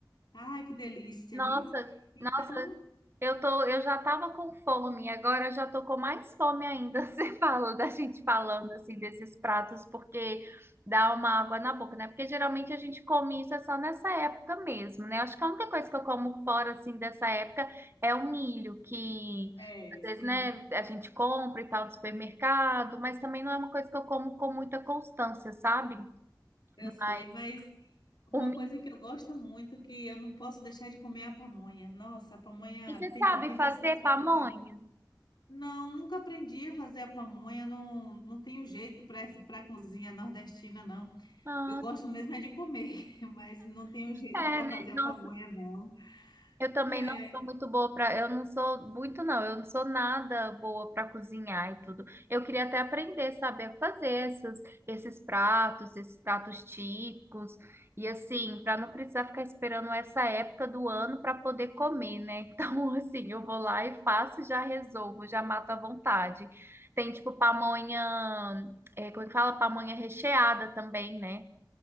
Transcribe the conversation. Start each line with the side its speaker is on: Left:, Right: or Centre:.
Left: Ai, que delícia,
Right: Nossa,
Left: viu? Então,
Right: nossa. Eu tô, eu já tava com fome, agora eu já tô com mais fome ainda. <laughs> Você fala da gente falando assim desses pratos, porque dá uma água na boca, né? Porque geralmente a gente come isso é só nessa época mesmo, né? Acho que a única coisa que eu como fora assim dessa época é o milho, que
Left: é,
Right: às vezes,
Left: sim,
Right: né, a gente compra e tal no supermercado, mas também não é uma coisa que eu como com muita constância, sabe?
Left: eu sei,
Right: Mas
Left: mas uma
Right: o milho,
Left: coisa que eu gosto muito, que eu não posso deixar de comer é a pamonha. Nossa, a pamonha
Right: E você
Left: tem,
Right: sabe
Left: tem
Right: fazer
Left: pessoas que
Right: pamonha?
Left: preparam. Não, nunca aprendi a fazer a pamonha, não, não tenho jeito para para cozinha nordestina, não.
Right: Ah,
Left: Eu gosto mesmo é de comer, <laughs> mas não tenho jeito
Right: é,
Left: para
Right: né?
Left: fazer a
Right: Nossa,
Left: pamonha, não.
Right: Eu também
Left: É,
Right: não sou muito boa para, eu não sou muito não, eu não sou nada boa para cozinhar e tudo. Eu queria até aprender, saber fazer essas, esses pratos, esses pratos típicos e assim, para não precisar ficar esperando essa época do ano para poder comer, né? <laughs> Então, assim, eu vou lá e faço, e já resolvo, já mato à vontade. Tem tipo pamonha, é, como é que fala? Pamonha recheada também, né?